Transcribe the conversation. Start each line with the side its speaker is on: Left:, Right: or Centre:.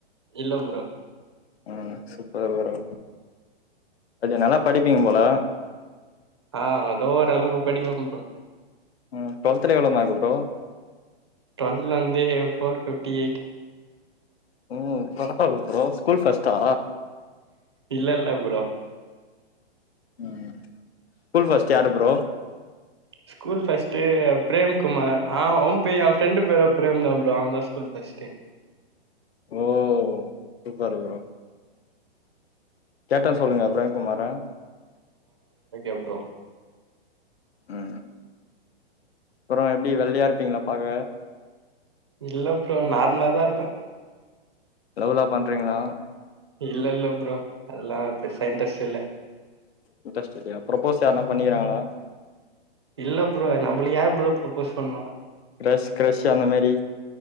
Right: இல்ல புரோ
Left: உம் சூப்பர் புரோ நல்லா படிப்பீங்க போல
Right: ஆஹ அதோ ஒரளவு படிப்பன் புரோ
Left: உஹம் டுவெல்த்ல எவ்ள மார்க்கு ப்ரோ
Right: டுவல் வந்து போர் பிப்டி எய்ட்
Left: உம் பரவால்ல ப்ரோ ஸ்கூல் ஃபர்ஸ்ட்டா
Right: இல்ல இல்ல புரோ
Left: ம் ஸ்கூல் பஸ்ட் யாரு bro
Right: school first Prem Kumar அவ அவன் பே என் பிரெண்டு பேரும் பிரேம் தான் ப்ரோ அவன் தான் ஸ்கூல் பஸ்ட்டு
Left: ஓ சூப்பர் புரோ கேட்டேன்னு சொல்லுங்க பிரேம்குமார
Right: அப்ரோ <unintelligible>
Left: உம் அப்புறம் எப்டி வெள்ளையா இருப்பீங்களா பாக்க
Right: இல்ல புரோ நார்மலாதான் இருப்பேன்
Left: லவ்லா பண்றீங்களா
Right: இல்ல இல்ல ப்ரோ அதெல்லாம் பெருசா இன்ரஸ்ட் இல்ல
Left: இன்ட்ரெஸ்ட் இல்லையா பிரப்போஸ் யாருனா பண்ணிருக்காங்களா
Right: இல்ல ஃப்ரோ நம்மளுக்கு யார் ஃப்ரோ பிரப்போஸ் பண்ணுவா
Left: கிரஷ் கிரஷ் அந்த மாரி